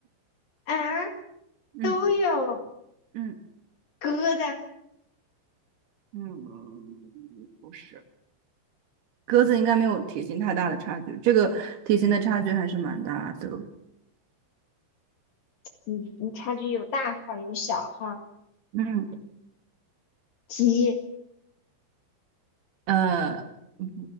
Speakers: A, on the left; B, on the right.
A: 啊，
B: 嗯
A: 都有
B: 嗯
A: 鸽子，
B: 嗯，不是，鸽子应该没有体型太大的差距，这个体型的差距还是蛮大的哦。
A: 嗯，你差距有大号儿有小号儿
B: 嗯
A: 鸡、
B: 呃，不